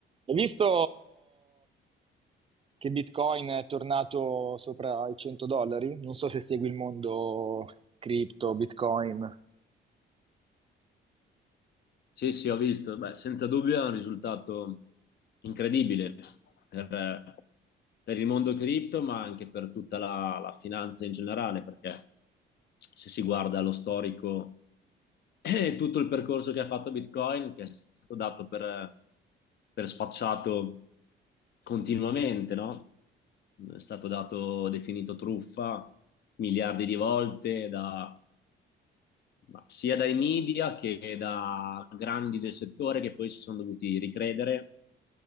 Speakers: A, on the right (about 30°); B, on the left (about 55°).
A: Hai visto che Bitcoin è tornato sopra i 100 dollari? Non so se segui il mondo cripto, Bitcoin.
B: Sì, sì, ho visto. Beh, senza dubbio è un risultato incredibile per, per il mondo cripto, ma anche per tutta la, la finanza in generale, perché se si guarda lo storico e tutto il percorso che ha fatto Bitcoin, che è stato dato per, per spacciato continuamente, no? È stato dato, definito truffa miliardi di volte da ma sia dai media che da grandi del settore che poi si sono dovuti ricredere